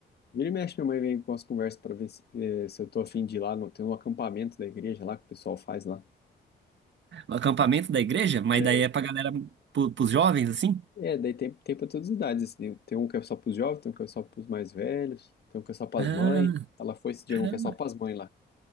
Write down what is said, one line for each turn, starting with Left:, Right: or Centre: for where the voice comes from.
Left: Vira e mexe, minha mãe vem com as conversas pra ver se, eh, se eu tô afim de ir lá. No, tem um acampamento da igreja lá que o pessoal faz lá.
Right: O acampamento da igreja, mas
Left: É,
Right: daí é pra galera, pro, pros jovens, assim.
Left: É, daí tem, tem pra todas as idades, assim. né, Tem um que é só pros jovens, tem um que é só pros mais velhos, tem um que é só pras
Right: Ah,
Left: mães. Ela foi esse dia
Right: caramba.
Left: um que é só pras mães lá.